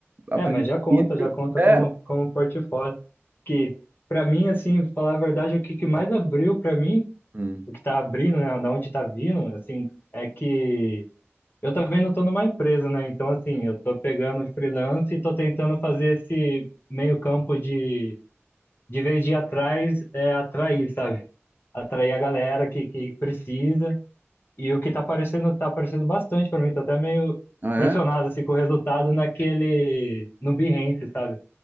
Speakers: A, on the right; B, on the left.
A: a
B: É,
A: princípio
B: mas já conta, já conta
A: é.
B: como, como um portfólio. Que, pra mim, assim, falar a verdade, o que, que mais abriu pra mim,
A: Hum.
B: o que tá abrindo, né, da onde tá vindo, assim, é que eu também não tô numa empresa, né? Então, assim, eu tô pegando freelance e tô tentando fazer esse meio campo de, de vez de ir atrás, é atrair, sabe? Atrair a galera que, que precisa. E o que tá aparecendo, tá aparecendo bastante pra mim, tô até meio
A: Ah,
B: pressionado,
A: é?
B: assim, com o resultado naquele, no Behance, sabe?